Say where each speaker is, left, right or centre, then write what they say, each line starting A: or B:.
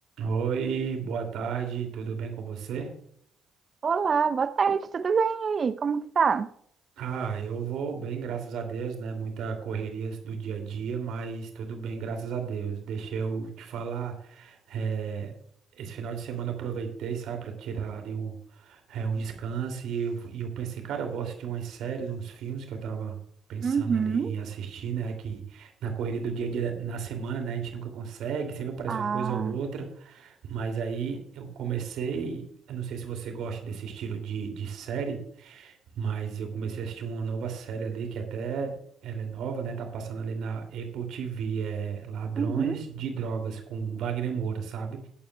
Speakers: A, on the right; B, on the right.
A: Oi, boa tarde, tudo bem com você?
B: Olá, boa tarde, tudo bem? E aí, como que tá?
A: Ah, eu vou bem, graças a Deus, né? Muita correria do dia a dia, mas tudo bem, graças a Deus. Deixa eu te falar, eh, esse final de semana eu aproveitei, sabe, para tirar ali um, eh, um descanso e eu, e eu pensei, cara, eu vou assistir umas séries, uns filmes que eu tava pensando
B: Uhum.
A: ali em assistir, né? Que na correria do dia a dia, na semana, né? A gente nunca consegue, sempre aparece
B: Ah,
A: uma coisa ou outra. Mas aí eu comecei, eu não sei se você gosta desse estilo de, de série. Mas eu comecei a assistir uma nova série ali, que até ela é nova, né? Tá passando ali na Apple TV, é Ladrões
B: uhum.
A: de Drogas, com Wagner Moura, sabe?